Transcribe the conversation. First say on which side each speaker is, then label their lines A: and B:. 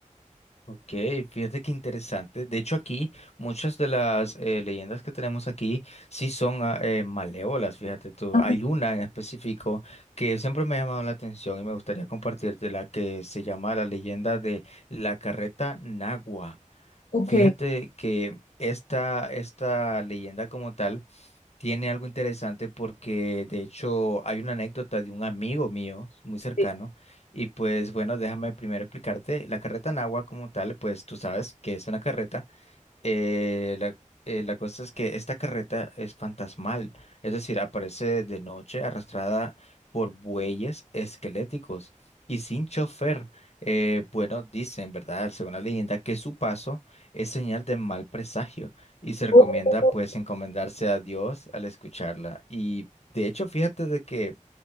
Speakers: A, on the left; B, on the left.
A: Ok, fíjate qué interesante. De hecho, aquí muchas de las eh, leyendas que tenemos aquí sí son ah, eh, malévolas, fíjate tú.
B: Ah,
A: Hay una en específico que siempre me ha llamado la atención y me gustaría compartirte la que se llama la leyenda de la carreta Nagua.
B: ok.
A: Fíjate que esta, esta leyenda como tal tiene algo interesante porque de hecho hay una anécdota de un amigo mío muy
B: Sí.
A: cercano y pues bueno, déjame primero explicarte, la carreta en agua como tal, pues tú sabes que es una carreta eh, la, eh, la cosa es que esta carreta es fantasmal, es decir, aparece de noche arrastrada por bueyes esqueléticos y sin chofer. Eh, bueno, dicen, ¿verdad? Según la leyenda, que su paso es señal de mal presagio y se recomienda
B: Oh,
A: pues encomendarse a Dios al escucharla. Y de hecho, fíjate de que...